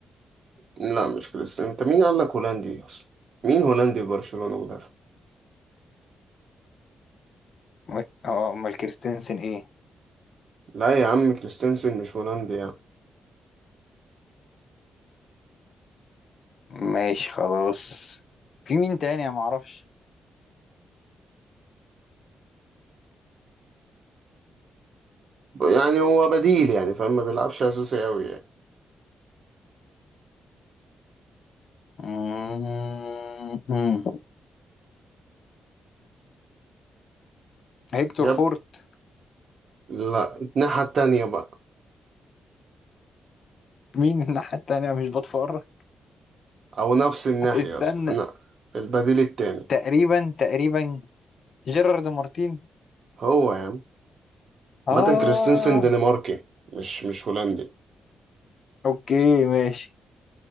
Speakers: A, on the right; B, on the left.
A: لا مش كريستيانو انت مين قال لك هولندي اصلا مين هولندي في برشلونة مدافع
B: م- هو أمال كريستنسن إيه
A: لا يا عم كريستنسن مش هولندي يعني
B: ماشي خلاص في مين تاني أنا معرفش
A: يعني هو بديل يعني فاهم ما بيلعبش اساسي قوي يعني
B: مم، مم. هيكتور
A: جاب
B: فورت
A: لا الناحية التانية بقى
B: مين <laughs> الناحية التانية مش بتفرج
A: او نفس الناحية
B: استنى
A: اصلا انا البديل التاني
B: تقريبا تقريبا جيرارد مارتين
A: هو يا عم
B: اه
A: ماتن كريستنسن دنماركي مش مش هولندي
B: اوكي ماشي